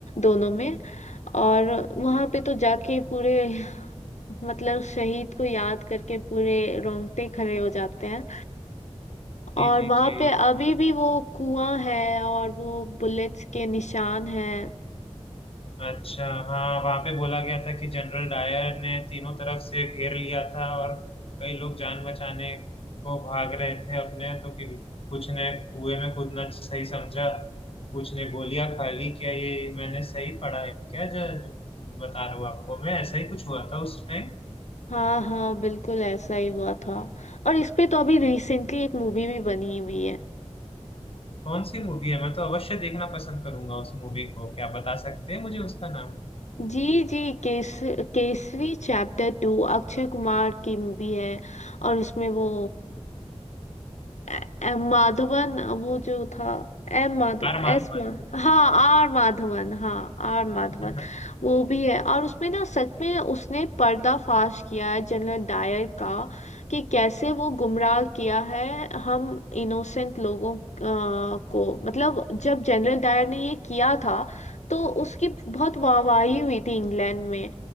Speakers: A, on the left; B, on the left.
A: दोनों में और वहाँ पे तो जाके पूरे <laughs> मतलब शहीद को याद करके पूरे रोंगटे खड़े हो जाते हैं और
B: जी जी
A: वहां
B: जी
A: पे अभी भी वो कुआं है और वो बुलेट्स के निशान हैं
B: अच्छा हाँ वहां पे बोला गया था कि जनरल डायर ने तीनों तरफ से घेर लिया था और कई लोग जान बचाने को भाग रहे थे अपने तो कि कुछ ने कुएं में कूदना सही समझा कुछ ने गोलियां खा ली क्या ये मैंने सही पढ़ा है क्या जो जो बता रहा हूँ आपको मैं ऐसा ही कुछ हुआ था उस टाइम
A: हाँ हाँ बिल्कुल ऐसा ही हुआ था और इस पे तो अभी रिसेंटली एक मूवी भी बनी हुई है
B: कौन सी मूवी है मैं तो अवश्य देखना पसंद करूंगा उस मूवी को क्या आप बता सकते हैं मुझे उसका नाम
A: जी जी केस केसरी चैप्टर टू अक्षय कुमार की मूवी है और उसमें वो ए- एम माधवन वो जो था एम माधव
B: आर माधवन
A: एस मा हाँ आर माधवन हाँ आर माधवन
B: <laughs>
A: वो भी है और उसमें ना सच में उसने पर्दाफाश किया है जनरल डायर का कि कैसे वो गुमराह किया है हम इनोसेंट लोगों अ, को मतलब जब जनरल डायर ने ये किया था तो उसकी बहुत वाहवाही हुई थी इंग्लैंड में